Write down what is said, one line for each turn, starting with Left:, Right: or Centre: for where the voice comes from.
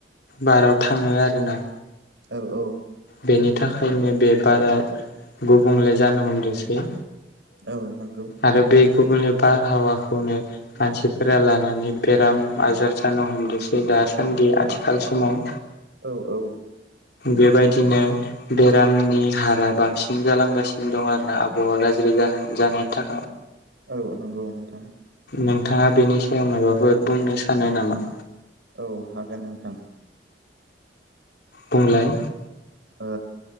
Left: बाराव थाङो आरोना।
Right: औ औ
Left: बेनि थाखायनो बे बारा गुबुंले जानो हमदोसै।
Right: औ नंगौ
Left: आरो बे गुबुंले बारहावाखौनो मानसिफोरा लानानै बेराम आजार जानो हमदोसै दासान्दि आथिखाल समाव।
Right: औ औ
Left: बेबायदिनो बेरामनि हारा बांसिन जालांगासि दं आरोना आबहावा गाज्रि जाहोन जानायनि थाखाय।
Right: औ नंगौ नोंथां।
Left: नोंथाङा बेनि सायाव माबाफोर बुंनो सानो नामा।
Right: औ हागोन नोंथां।
Left: बुंलाय।
Right: ओ।